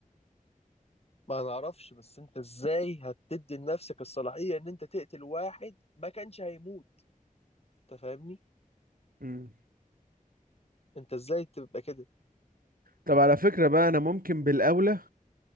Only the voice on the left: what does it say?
ما نعرفش بس انت ازاي هتدي لنفسك الصلاحية ان انت تقتل واحد ما كانش هيموت انت فاهمني
انت ازاي تبقى كده